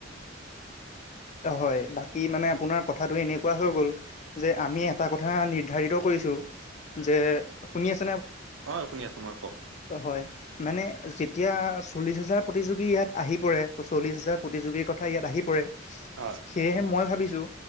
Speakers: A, on the left; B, on the right.
A: হয় বাকী মানে আপোনাৰ কথাটো এনেকুৱা হৈ গল যে আমি এটা কথা নিৰ্ধাৰিত কৰিছো যে শুনি আছে
B: অ শুনি আছোঁ মই কওক
A: হয় মানে যেতিয়া চল্লিশ হাজাৰ প্ৰতিযোগী ইয়াত আহি পৰে চল্লিশ হাজাৰ প্ৰতিযোগী কথা ইয়াত আহি পৰে।
B: হয়
A: সেয়েহে মই ভাবিছো